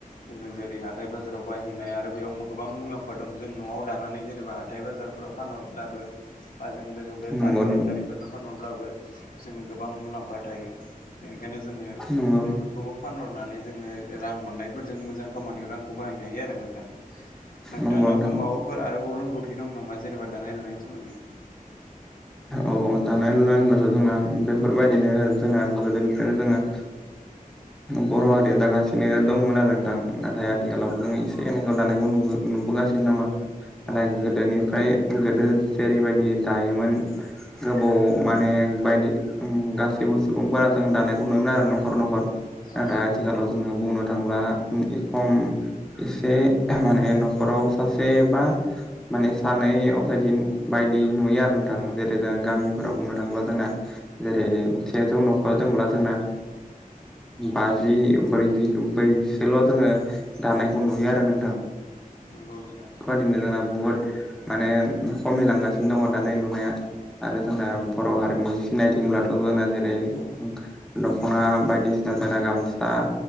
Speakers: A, on the left; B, in the centre.
A: जोङो जेरै हाथाय बाजाराव बाहहैनाय आरो बेयाव गोबां मुलाम्फा दं जों न'आव दानानै जेनेबा हथाय हाथथाय बाजारफोराव फानहरब्लाबो बा जों बेफारि
B: नंगौ नंगौ
A: फायखारिफोरनो फानहरबाबो जोङो गोबां मुलाम्फा थायो। बेनिखायनो जोङो
B: नंगौ
A: बेफोरखौबो फानहरनानै जोङो रां मोननायफोर जों मोजां खामानियाव रांखौ बाहायनो हायो आरो नोंथां नोंथांनाबो
B: नंगौ नोंथां
A: माबा फोर आरोबाव रोंगौथि दं नामा जेनेबा दानाय लुनायनि सोमोन्दै। <inaudible>
B: औ दानाय लुनाय होनब्लाथ' जोंना बेफोरबायदिनो जोंना गोदोनिफ्रायनो जोङो बर' हारिया दागासिनो दंमोन आरो नोंथां। नाथाय
A: औ
B: आथिखालावबो जोङो एसे एनखौ दानायखौ नु नुबोगासिनो दङ नाथाय
A: औ
B: गोदोनिफ्राय गोदो जेरैबायदि दायोमोन गोबाव माने बायदि गासैबो सुबुंफोरा जों दानायखौ नुयोमोन आरो न'खर न'खर।
A: औ
B: नाथाय आथिखालाव जोङो बुंनो थांब्ला ए खम एसे माने न'खराव सासे बा माने सानै असायदि
A: औ
B: बायदि नुयो आरो नोंथां जेर जों गामिफोराव
A: नंगौ
B: बुंनो थाङोब्ला जोंना। जेरै सेजौ
A: औ
B: न'खरा दंब्ला जोंना
A: औ
B: बाजि ब्रैजि बैसोल' जोङो दानायखौ
A: औ
B: नुयो आरो नोंथां।
A: नंगौ नोंथां।
B: बेबादिनो जोंना बुहुत माने खमिलांगासिनो दङ दानाय लु आरो
A: औ
B: जोंना बर' हारिनि सिनायथि होनब्लाथ' जोंना जेरै
A: औ
B: दख'ना बायदिसिना जोंना गामसा
A: औ